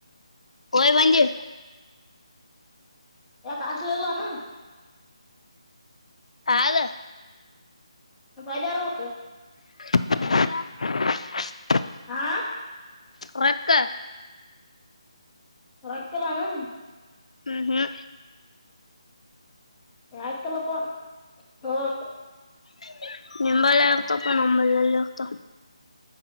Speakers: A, on the left (about 85°); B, in the centre.
A: ಹೋಗಿ ಬಂದಿ.
B: ಯಾಕ ಹಾಸ್ಟೆಲ್ ಇಲ್ಲೇನು.
A: ಅದ.
B: ಅ ಅಲ್ಯರ ವೋಕ್ಕ <inaudible>
A: ಅ
B: ಹಾ
A: ರೊಕ್ಕ.
B: ರೊಕ್ಕ ಇಲ್ಲೇನು.
A: ಹ್ಮ್ ಹ್ಮ್
B: ಯಾಕ ಇಲ್ಲಪ್ಪ ಹ್ಮ್.
A: <inaudible> ನಿಂಬಲ್ಲ ಆಗ್ತಪ್ಪ ನಂಬಲ್ಲಲ್ ತ್ತ